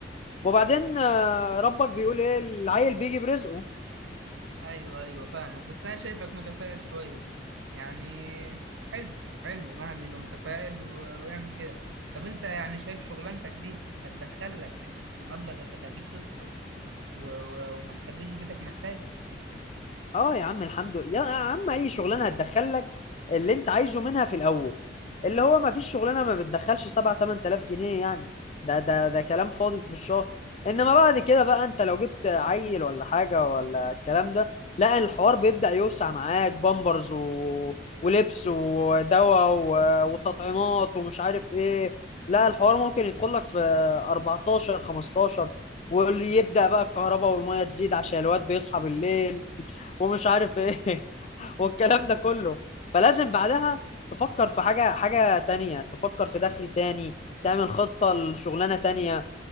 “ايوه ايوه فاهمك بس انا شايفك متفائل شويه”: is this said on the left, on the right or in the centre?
Right